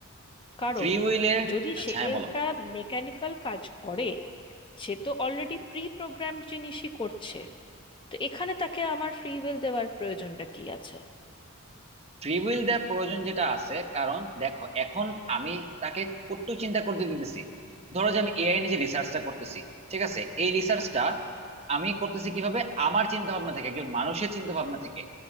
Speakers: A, on the left; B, on the right.
A: কারণ
B: ফ্রি উইলের
A: যদি
B: আচ্ছা
A: সে
B: হ্যাঁ বলো
A: একটা মেকানিক্যাল কাজ করে সে তো অলরেডি প্রি প্রোগ্রাম জিনিসই করছে তো এখানে তাকে আমার ফ্রি উইল দেওয়ার প্রয়োজনটা কি আছে
B: ফ্রি উইল দেওয়ার প্রয়োজন যেটা আছে কারণ দেখো এখন আমি তাকে কত চিন্তা করতে দিতেছি ধরো যে আমি এআই নিয়ে যে রিসার্চটা করতেছি ঠিক আছে এই রিসার্চটা আমি করতেছি কিভাবে আমার চিন্তা ভাবনা থেকে একজন মানুষের চিন্তা ভাবনা থেকে